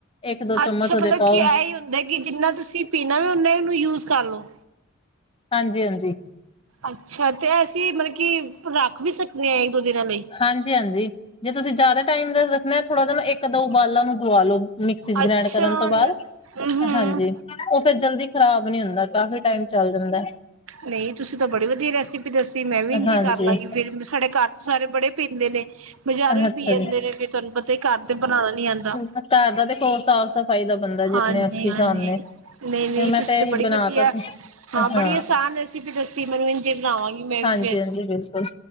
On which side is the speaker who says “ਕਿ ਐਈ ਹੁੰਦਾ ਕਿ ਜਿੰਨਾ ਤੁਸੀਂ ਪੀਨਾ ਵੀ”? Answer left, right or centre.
Right